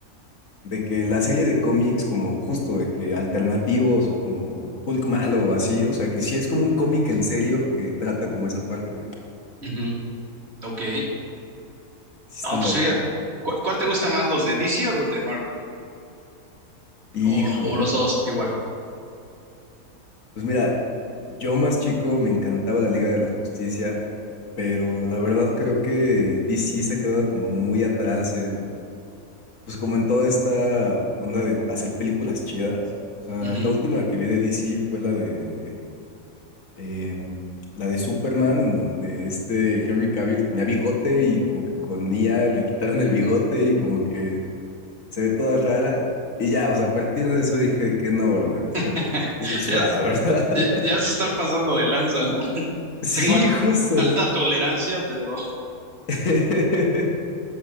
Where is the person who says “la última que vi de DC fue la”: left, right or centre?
Left